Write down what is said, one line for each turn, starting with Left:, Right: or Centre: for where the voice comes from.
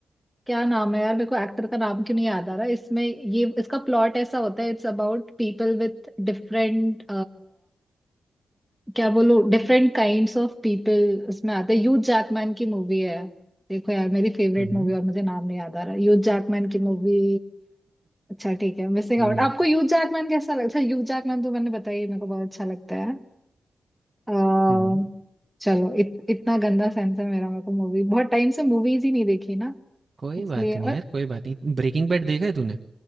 Centre: क्या नाम है यार मेरे को एक्टर का नाम क्यों नहीं याद आ रहा इसमें ये इसका प्लॉट ऐसा होता है it's about people with different क्या बोलो डिफरेंट काइंड्स ऑफ पीपल उसमें आते हैं ह्यूज जैकमैन की मूवी है देखो यार मेरी फेवरेट
Right: हुँ, हुँ।
Centre: मूवी और मुझे नाम नहीं याद आ रहा ह्यूज जैकमैन की मूवी अच्छा ठीक है मिसिंग
Right: हुँ।
Centre: आउट आपको ह्यूज जैकमैन कैसा लगता है ह्यूज जैकमैन तो मैंने बताया ही, मेरे को बहुत अच्छा लगता है अह,
Right: हुँ, हुँ।
Centre: चलो इत, इतना गंदा सेंस है मेरा मेरे को मूवी बहुत टाइम से मूवीज ही नहीं देखी ना
Right: कोई
Centre: इसलिए
Right: बात नहीं
Centre: और
Right: यार, कोई बात नहीं। ब्रेकिंग बैड देखा है तूने?